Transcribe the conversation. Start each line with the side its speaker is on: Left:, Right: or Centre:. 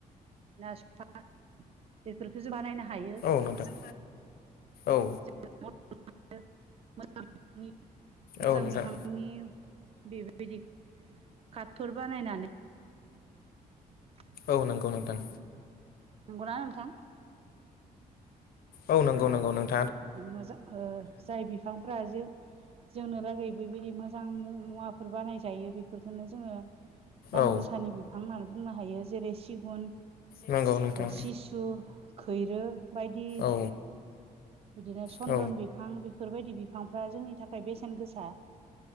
Right: सफा बेफोरखौसो बानायनो हायो
Left: औ नोंथां औ
Right: <unintelligible> मोजां
Left: औ नोंथां
Right: बिफां नि बेबायदि कार्टफोर बानायनानै <inaudible>
Left: औ नंगौ नोंथां
Right: नंगौना नोंथां
Left: औ नोंगौ नोंगौ नोंथां
Right: मोजां जाय बिफांफोरा जो जोंनो लागै बेबायदि मोजां मुवाफोर बानाय जायो बेफोरखौनो जोङो दाम
Left: औ
Right: गोसानि बिफां होननानै बुंनो हायो जेरै सिगुन
Left: नंगौ नोंथां
Right: सिसु खैरो बायदि
Left: औ
Right: बिदिनो सन्दन
Left: औ
Right: बिफां बेफोरबायदि बिफांफ्रा जोंनि नि थाखाय बेसेन गोसा